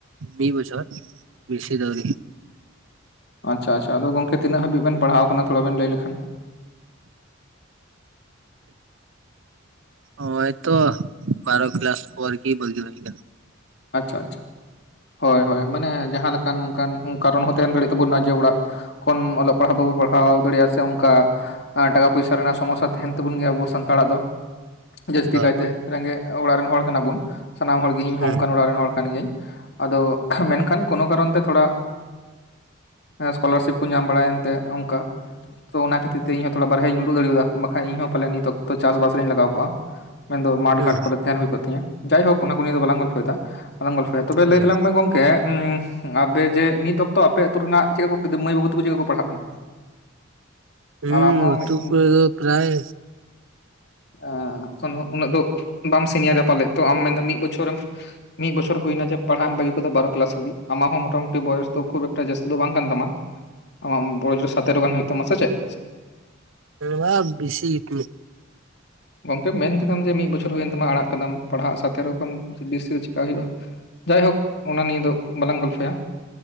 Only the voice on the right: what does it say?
ᱢᱤᱫ ᱵᱚᱪᱷᱚᱨ ᱵᱮᱥᱤ ᱫᱚ ᱟᱣᱨᱤ
ᱚᱭᱛᱚ ᱵᱟᱨᱚ ᱠᱞᱟᱥ ᱯᱚᱨ ᱜᱮ ᱵᱟᱜᱤ ᱦᱳᱭ ᱠᱟᱱᱟ
ᱦᱳᱭ ᱦᱳᱭ
ᱦᱩᱸ
ᱦᱩᱸ
ᱦᱳᱭ
ᱦᱳᱭ
ᱦᱩᱸ
ᱟᱹᱛᱩ
ᱠᱚᱨᱮ ᱫᱚ ᱯᱨᱟᱭ
<unintelligible>
<unintelligible>
ᱦ <inaudible> ᱵᱮᱥᱤ <inaudible>